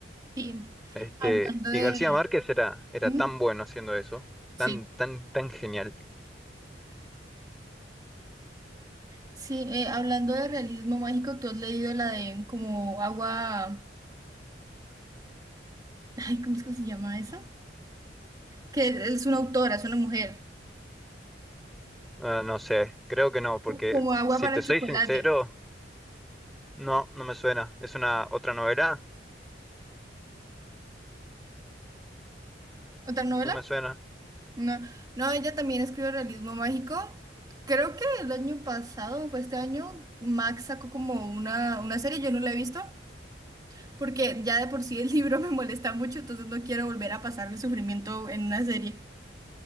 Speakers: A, on the right; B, in the centre.
A: Sí,
B: Este,
A: hablando
B: y
A: de...
B: García Márquez era, era
A: Ujú,
B: tan bueno haciendo eso, tan,
A: Sí,
B: tan, tan genial.
A: sí, eh, hablando de realismo mágico, ¿tú has leído la de como agua... Ay, ¿cómo es que se llama esa? Que es una autora, es una mujer.
B: Ah, no sé, creo que no, porque
A: Como agua
B: si
A: para
B: te
A: el
B: soy
A: chocolate.
B: sincero, no, no me suena. ¿Es una otra novela?
A: ¿Otra novela?
B: No me suena.
A: No, no, ella también escribe realismo mágico. Creo que el año pasado, fue este año, Max sacó como una, una serie, yo no la he visto, porque ya de por sí el <laughs> libro me molesta mucho, entonces no quiero volver a pasar el sufrimiento en una serie.